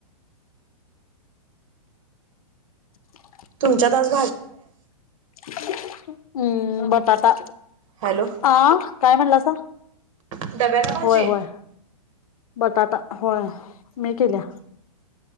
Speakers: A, on the left; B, on the right.
A: <inaudible>
B: तुमच्यात आजून
A: हम्म, बटाटा
B: हॅलो
A: आ काय म्हणलासा.
B: डब्याला भाजी
A: होय होय. बटाटा होय मी केलिया.